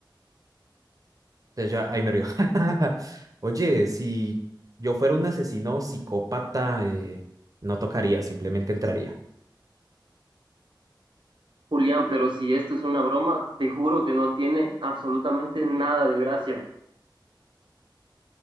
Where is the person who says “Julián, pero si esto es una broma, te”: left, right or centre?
Right